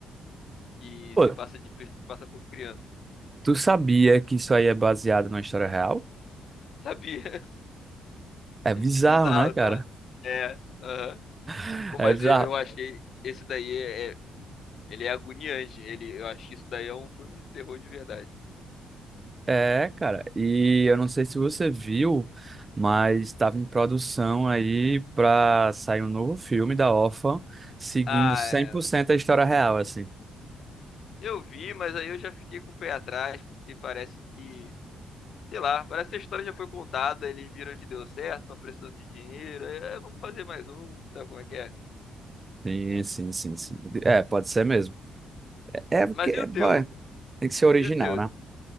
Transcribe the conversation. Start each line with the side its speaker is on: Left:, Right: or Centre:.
Left: e
Right: Pô,
Left: se passa de se passa por criança.
Right: tu sabia que isso aí é baseado numa história real?
Left: Sabia? <laughs>
Right: É bizarro,
Left: Bizarro,
Right: né, cara?
Left: tá? É. Aham.
Right: <laughs>
Left: Pô,
Right: É
Left: mas
Right: bizarro.
Left: eu, eu achei esse daí é, é- ele é agoniante. Ele, eu acho que isso daí é um filme de terror de verdade.
Right: É, cara. E eu não sei se você viu, mas estava em produção aí pra sair um novo filme da órfã, seguindo
Left: Ah,
Right: cem
Left: é,
Right: por cento a história real, assim.
Left: eu vi, mas aí eu já fiquei com o pé atrás porque parece que, sei lá, parece que a história já foi contada, eles viram que deu certo, estão precisando de dinheiro, é, vamos fazer mais um, sabe como é que é?
Right: Sim, sim, sim, sim. É, pode ser mesmo. É porque,
Left: Mas e o teu?
Right: vai, tem que ser original,
Left: E o teu?
Right: né?